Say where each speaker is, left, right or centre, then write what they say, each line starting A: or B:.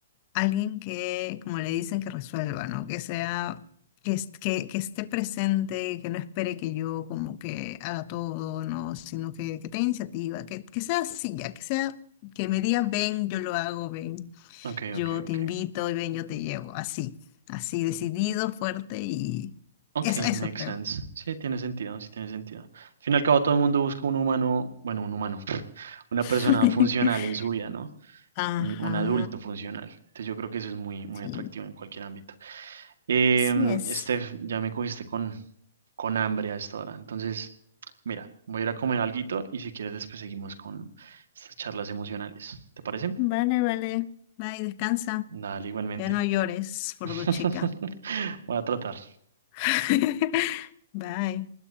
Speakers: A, on the left; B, on the right.
A: alguien que, como le dicen, que resuelva, ¿no? Que sea, que, es- que, que esté presente, que no espere que yo como que haga todo, ¿no? Sino que, que tenga iniciativa, que, que sea así, ya que sea, que me diga, ven, yo lo hago, ven,
B: Ok,
A: yo
B: ok,
A: te
B: ok.
A: invito y ven, yo te llevo, así, así, decidido, fuerte y
B: Ok,
A: eso, eso
B: makes
A: creo.
B: sense. Sí, tiene sentido, sí tiene sentido. Al fin y al cabo, todo el mundo busca un humano, bueno, un humano, <laughs> una
A: <laughs>
B: persona funcional en su vida, ¿no?
A: Ajá.
B: Un, un adulto funcional. Entonces yo creo que eso es muy, muy
A: Sí,
B: atractivo en cualquier ámbito. Em,
A: así es.
B: Steph, ya me cogiste con, con hambre a esta hora. Entonces, mira, voy a ir a comer alguito y si quieres después seguimos con estas charlas emocionales. ¿Te parece?
A: Vale, vale. Bye, descansa.
B: Dale, igualmente.
A: Ya no llores por
B: <laughs>
A: tu chica.
B: Voy a tratar.
A: <laughs> Bye.